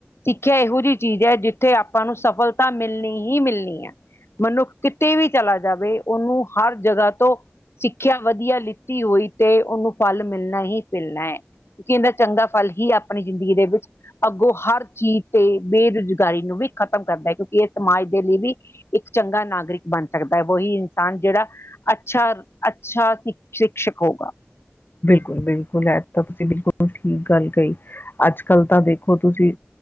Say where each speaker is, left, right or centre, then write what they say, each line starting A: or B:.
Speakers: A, on the left (about 75°); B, on the left (about 50°).
A: ਸਿੱਖਿਆ ਇਹੋ ਜਿਹੀ ਚੀਜ਼ ਹੈ। ਜਿੱਥੇ ਆਪਾਂ ਨੂੰ ਸਫਲਤਾ ਮਿਲਣੀ ਹੀ ਮਿਲਣੀ ਹੈ। ਮਨੁੱਖ ਕਿਤੇ ਵੀ ਚਲਾ ਜਾਵੇ ਉਹਨੂੰ ਹਰ ਜਗ੍ਹਾ ਤੋਂ ਸਿੱਖਿਆ ਵਧੀਆ ਲਿੱਤੀ ਹੋਈ ਤੇ ਉਹਨੂੰ ਫਲ ਮਿਲਣਾ ਹੀ ਮਿਲਣਾ ਹੈ ਕਿਉਂਕਿ ਇਹਦਾ ਚੰਗਾ ਫਲ ਹੀ ਆਪਣੀ ਜ਼ਿੰਦਗੀ ਦੇ ਵਿੱਚ ਅੱਗੋਂ ਹਰ ਚੀਜ਼ ਤੇ ਬੇਰੁਜ਼ਗਾਰੀ ਨੂੰ ਵੀ ਖਤਮ ਕਰ ਕਿਉਂਕਿ ਇਹ ਸਮਾਜ ਦੇ ਲਈ ਵੀ ਇੱਕ ਚੰਗਾ ਨਾਗਰਿਕ ਬਣ ਸਕਦਾ ਉਹੀ ਇਨਸਾਨ ਜਿਹੜਾ ਅੱਛਾ-ਅੱਛਾ ਸ਼ਿਕਸ਼ਕ ਹੋਗਾ।
B: ਬਿਲਕੁਲ-ਬਿਲਕੁਲ ਐ ਤਾ ਤੁਸੀ ਬਿਲਕੁਲ ਠੀਕ ਗੱਲ ਕਹੀ ਅੱਜ ਕੱਲ ਤਾਂ ਦੇਖੋ ਤੁਸੀ